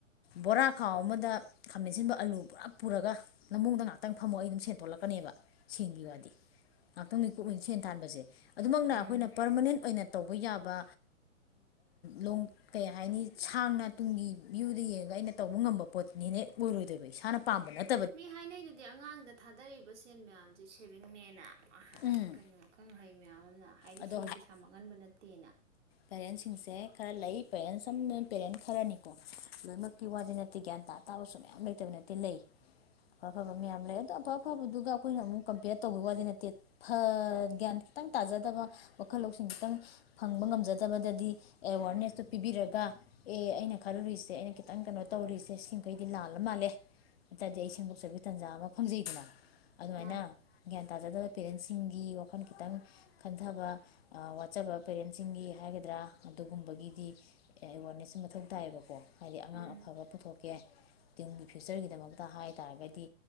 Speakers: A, on the left (about 45°); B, on the right (about 55°).
A: ꯕꯣꯔꯥ ꯈꯥꯎ ꯑꯃꯗ ꯈꯥꯃꯦꯟꯁꯤꯟꯕ ꯑꯂꯨ ꯄꯨꯔꯥ ꯄꯨꯔꯒ ꯂꯝꯃꯣꯡꯗ ꯉꯥꯛꯇꯪ ꯐꯝꯃꯛ ꯑꯩ ꯑꯗꯨꯝ ꯁꯦꯟꯊꯣꯛꯂꯛꯀꯅꯦꯕ ꯁꯦꯟꯒꯤ ꯋꯥꯗꯤ ꯉꯥꯛꯇꯪ ꯃꯤꯀꯨꯞ ꯑꯣꯏꯅ ꯁꯦꯟ ꯊꯥꯟꯕꯁꯦ ꯑꯗꯨꯃꯛꯅ
B: ꯎꯝ
A: ꯑꯩꯈꯣꯏꯅ ꯄꯔꯃꯅꯦꯟ ꯑꯣꯏꯅ ꯇꯧꯕ ꯌꯥꯕ ꯂꯣꯡ ꯀꯩ ꯍꯥꯏꯅꯤ ꯁꯥꯡꯅ ꯇꯨꯡꯒꯤ ꯚ꯭ꯌꯨꯗ ꯌꯦꯡꯉꯒ ꯑꯩꯅ ꯇꯧꯕ ꯉꯝꯕ ꯄꯣꯠꯅꯤ ꯍꯦꯛ ꯑꯣꯏꯔꯣꯏꯗꯣꯏꯕ ꯏꯁꯥꯅ ꯄꯥꯝꯕ ꯅꯠꯇꯦ
B: ꯃꯤ ꯍꯥꯏꯅꯩꯗꯨꯗꯤ ꯑꯉꯥꯡꯗ ꯊꯥꯗꯔꯛꯏꯕ ꯁꯦꯟ ꯃꯌꯥꯝꯁꯦ ꯁꯦꯝꯃꯦ ꯁꯦꯕꯤꯛꯅꯦꯅ
A: ꯎꯝ
B: ꯀꯩꯩꯅ ꯃꯈꯪ ꯍꯥꯏ ꯃꯌꯥꯝ ꯑꯃꯅ ꯍꯥꯏꯗꯤꯁꯤ
A: ꯑꯗꯣ
B: ꯄꯩꯁꯥ ꯃꯥꯡꯍꯟꯕ ꯅꯠꯇꯦꯅ
A: ꯄꯦꯔꯦꯟꯁꯤꯡꯁꯦ ꯈꯔ ꯂꯩ ꯄꯦꯔꯦꯟꯁ ꯑꯃ ꯄꯦꯔꯦꯟ ꯈꯔꯅꯤꯀꯣ ꯂꯣꯏꯅꯃꯛꯀꯤ ꯋꯥꯗꯤ ꯅꯠꯇꯦ ꯒ꯭ꯌꯥꯟ ꯇꯥ ꯇꯥꯕꯁꯨ ꯃꯌꯥꯝ ꯂꯩꯇꯕ ꯅꯠꯇꯦ ꯂꯩ ꯑꯐ ꯑꯐꯕ ꯃꯌꯥꯝ ꯂꯩ ꯑꯗꯣ ꯑꯐ ꯑꯐꯕꯗꯨꯒ ꯑꯩꯈꯣꯏꯅ ꯑꯃꯨꯛ ꯀꯝꯄꯦꯌꯔ ꯇꯧꯕꯈꯤꯕ ꯋꯥꯗꯤ ꯅꯠꯇꯦ ꯐ ꯒ꯭ꯌꯥꯟ ꯈꯤꯇꯪ ꯇꯥꯖꯗꯕ ꯋꯥꯈꯜ ꯂꯧꯁꯤꯡ ꯈꯤꯇꯪ ꯐꯪꯕ ꯉꯝꯖꯗ ꯅꯠꯇꯕꯗꯗꯤ ꯑꯦꯋꯥꯔꯅꯦꯁꯇꯣ ꯄꯤꯕꯤꯔꯒ ꯑꯦ ꯑꯩꯅ ꯈꯜꯂꯨꯔꯤꯁꯦ ꯑꯩꯅ ꯈꯤꯇꯪ ꯀꯩꯅꯣ ꯇꯧꯔꯔꯤꯁꯦ ꯁꯤꯀꯤꯈꯩꯗꯤ ꯂꯥꯜꯂ ꯃꯥꯜꯂꯦ ꯅꯠꯇꯗꯤ ꯑꯩ ꯁꯦꯝꯗꯣꯛꯆꯕꯒꯤ ꯇꯥꯟꯖꯥ ꯑꯃ ꯐꯪꯖꯩꯗꯅ ꯑꯗꯨꯃꯥꯏꯅ
B: ꯃꯥꯅꯦ
A: ꯒ꯭ꯌꯥꯟ ꯇ ꯇꯥꯖꯗꯕ ꯄꯦꯔꯦꯟꯁꯤꯡꯒꯤ ꯋꯥꯈꯜ ꯈꯤꯇꯪ ꯈꯟꯊꯕ ꯋꯥꯠꯆꯕ ꯄꯦꯔꯦꯟꯁꯤꯡꯒꯤ ꯍꯥꯏꯒꯗ꯭ꯔꯥ ꯑꯗꯨꯒꯨꯝꯕꯒꯤꯗꯤ ꯑꯦꯋꯥꯔꯅꯦꯁꯁꯨꯦ ꯃꯊꯧ ꯇꯥꯏꯌꯦꯕꯀꯣ ꯍꯥꯏꯗꯤ ꯑꯉꯥꯡ
B: ꯎꯝ
A: ꯑꯐꯕ ꯄꯨꯊꯣꯛꯀꯦ ꯇꯝꯒꯤ ꯐ꯭ꯌꯨꯆꯔꯒꯤꯗꯃꯛꯇ ꯍꯥꯏꯇꯥꯥꯔꯒꯗꯤ